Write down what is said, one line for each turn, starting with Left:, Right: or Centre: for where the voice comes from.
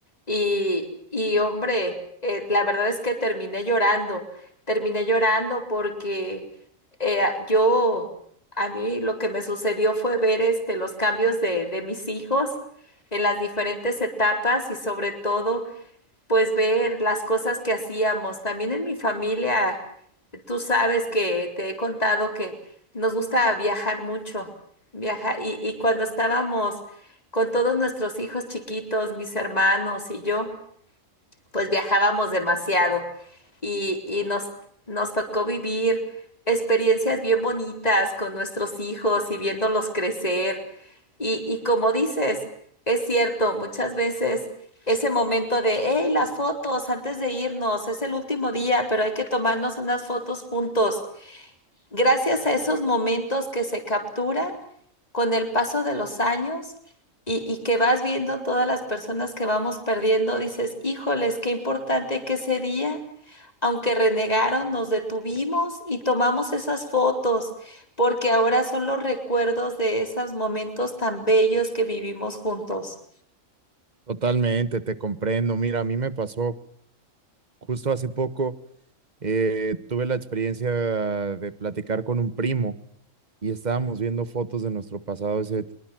Left: y, y hombre, eh, la verdad es que terminé llorando, terminé llorando porque eh, yo, a mí lo que me sucedió fue ver este, los cambios de, de mis hijos en las diferentes etapas y sobre todo pues ver las cosas que hacíamos. También en mi familia, tú sabes que te he contado que nos gusta viajar mucho, viajar, y, y cuando estábamos con todos nuestros hijos chiquitos, mis hermanos y yo, pues viajábamos demasiado y, y nos, nos tocó vivir experiencias bien bonitas con nuestros hijos y viéndolos crecer. Y, y como dices, es cierto, muchas veces ese momento de, hey, las fotos antes de irnos, es el último día, pero hay que tomarnos unas fotos juntos. Gracias a esos momentos que se capturan con el paso de los años y, y que vas viendo todas las personas que vamos perdiendo, dices, híjoles, qué importante que ese día. Aunque renegaron, nos detuvimos y tomamos esas fotos, porque ahora son los recuerdos de esos momentos tan bellos que vivimos juntos.
Right: Totalmente, te comprendo. Mira, a mí me pasó justo hace poco, eh, tuve la experiencia de platicar con un primo y estábamos viendo fotos de nuestro pasado. Ese,